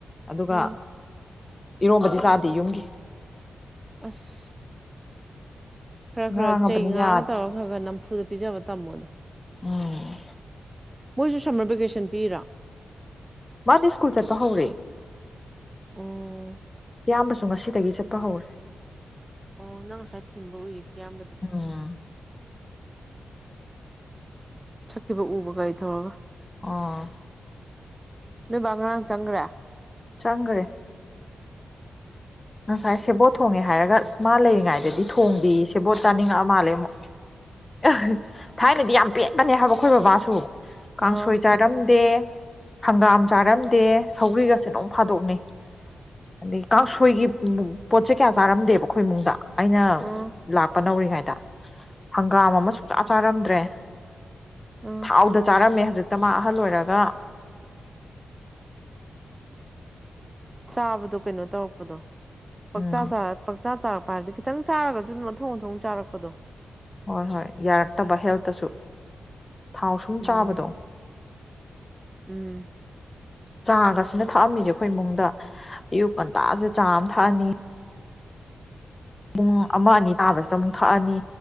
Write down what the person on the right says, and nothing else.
ꯎꯝ
ꯑꯁ ꯈꯔ
ꯈꯔ ꯆꯩ ꯉꯥꯡꯉꯥ
ꯇꯧꯔꯛ꯫ ꯉꯥꯒ ꯅꯝꯐꯨꯗ ꯄꯤꯖꯕ ꯇꯝꯃꯣꯗ꯫
ꯃꯣꯏꯁꯨ ꯁꯝꯃꯔ ꯕꯦꯀꯦꯁꯟ ꯄꯤꯔꯤꯔꯥ꯫
ꯑꯣ
ꯑꯣ ꯅꯪ ꯉꯁꯥꯏ ꯊꯤꯟꯕ ꯎꯏꯌꯦ ꯀꯤꯌꯥꯝꯕꯗꯤ꯫
ꯆꯠꯈꯤꯕ ꯎꯕ ꯒꯥꯔꯤ ꯊꯧꯔꯒ꯫
ꯅꯣꯏ ꯕꯥ ꯉꯔꯥꯡ ꯆꯪꯒꯔꯦ꯫
ꯑꯥ
ꯑꯥ
ꯑ꯫
ꯆꯥꯕꯗꯣ ꯀꯩꯅꯣ ꯇꯧꯔꯛꯄꯗꯣ ꯄꯪꯆꯥ
ꯆꯥꯔ ꯄꯛꯆꯥ ꯆꯥꯔꯛ ꯍꯥꯏꯕꯗꯤ ꯈꯤꯇꯪ ꯆꯥꯔꯒꯁꯨ ꯑꯗꯨꯝ ꯑꯊꯣꯡ ꯑꯊꯣꯡ ꯆꯥꯔꯛꯄꯗꯣ
ꯎꯝ
ꯎꯝ